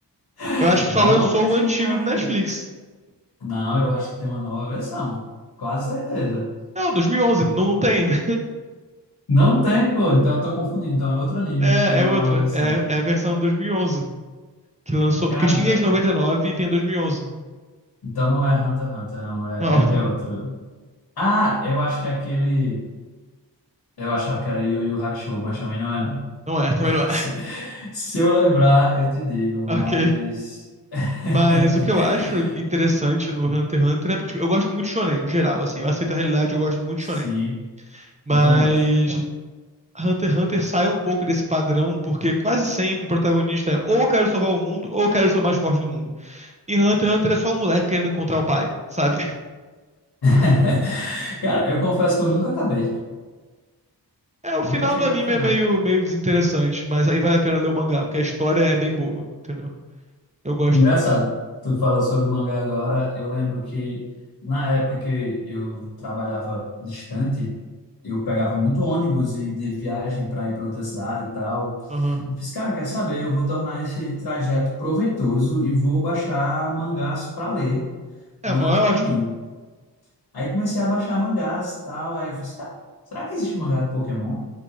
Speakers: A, on the left (about 60°); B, on the right (about 20°).
A: <laughs>
B: Eu acho
A: Dá
B: que só lançou
A: uma pesquisada
B: o antigo no Netflix.
A: aí. Não, eu acho que tem uma nova versão, quase certeza.
B: Não, 2011, não, não tem. <laughs>
A: Não tem, pô, então eu tô confundindo. Então é outro anime
B: É,
A: que teve
B: é
A: uma
B: outra.
A: nova versão.
B: É, é a versão 2011 que lançou, porque
A: Cara,
B: tinha
A: então,
B: as 99 e nove e tem a 2011.
A: então não é Hunter x Hunter, não, é,
B: Não,
A: é, é outro. Ah, eu acho que é aquele. Eu achava que era Yu Yu Hakusho, mas também não é, não.
B: não é, também
A: <laughs>
B: não é.
A: Se se eu lembrar, eu te digo, mas.
B: <laughs> Ok.
A: <laughs>
B: Mas o que eu acho interessante no Hunter x Hunter é porque, tipo, eu gosto muito de shonen, no geral, assim. Eu aceito a realidade, eu gosto muito de
A: Sim,
B: shonen. Mas
A: eu também gosto.
B: Hunter x Hunter sai um pouco desse padrão, porque quase sempre o protagonista é ou eu quero salvar o mundo, ou eu quero ser o mais forte do mundo. E Hunter x Hunter é só o moleque querendo encontrar o pai, sabe? <laughs>
A: <laughs> Cara, eu confesso que eu nunca acabei.
B: É, o final
A: Nunca cheguei
B: do anime
A: ao final.
B: é meio, meio desinteressante, mas aí vale a pena ler o mangá, porque a história é bem boa, entendeu? Eu gosto
A: Engraçado,
B: muito.
A: tu fala sobre mangá agora. Eu lembro que na época que eu trabalhava distante, eu pegava muito ônibus e de viagem para ir para outra cidade e tal.
B: Aham.
A: Eu fiz, cara, quer saber? Eu vou tornar esse trajeto proveitoso e vou baixar mangás para ler
B: É,
A: durante
B: mas é
A: o
B: ótimo.
A: caminho. Aí comecei a baixar mangás e tal. Aí eu fiz, cara, será que existe mangá de Pokémon?